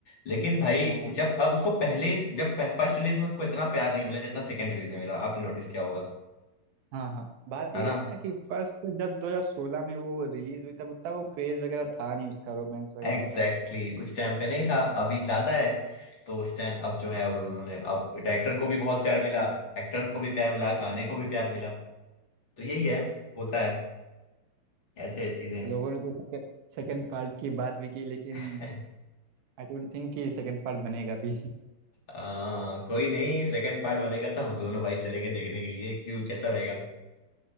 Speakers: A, on the left; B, on the right.
A: लेकिन भाई
B: हाँ
A: जब अब उसको पहले जब फर्स्ट रिलीज में उसको इतना प्यार नहीं मिला जितना सेकंड रिलीज में मिला आपने नोटिस किया होगा
B: हाँ हाँ बात
A: है
B: ये
A: ना
B: है ना कि फर्स्ट जब 2016 में वो रिलीज हुई तब उतना वो क्रेज वगैरह था नहीं उसका रोमांस वगैरह
A: Exactly
B: का
A: exactly. उस टाइम पे नहीं था
B: था
A: अभी ज्यादा है तो उस टाइम अब जो है उन्होंने अब डायरेक्टर को भी बहुत प्यार मिला एक्टर्स को भी प्यार मिला गाने को भी प्यार मिला तो यही है होता है ऐसे चीजें
B: लोगों ने तो सेकंड सेकंड पार्ट की बात भी की लेकिन
A: <laughs>
B: आई डोंट थिंक कि सेकंड पार्ट बनेगा भी
A: आ, कोई नहीं सेकंड पार्ट बनेगा तो हम दोनों भाई चलेंगे देखने के लिए क्यों कैसा रहेगा